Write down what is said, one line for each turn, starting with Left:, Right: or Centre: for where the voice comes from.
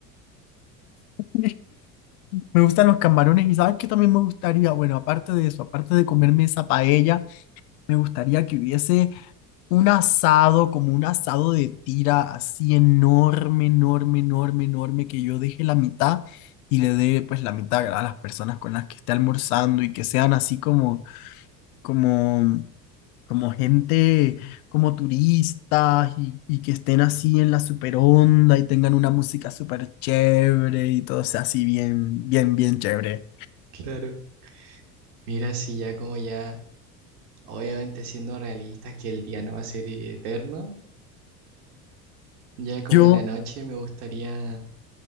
Left: <laughs> me gustan los camarones y ¿sabes qué también me gustaría? Bueno, aparte de eso, aparte de comerme esa paella, Me gustaría que hubiese un asado, como un asado de tira así enorme, enorme, enorme, enorme, que yo deje la mitad y le dé pues la mitad a las personas con las que esté almorzando y que sean así como, como, como gente, como turistas y, y que estén así en la super onda y tengan una música súper chévere y todo sea así bien, bien, bien chévere.
Right: Claro. Mira, si ya como ya, obviamente siendo realistas que el día no va a ser eterno, ya como
Left: Yo
Right: en la noche me gustaría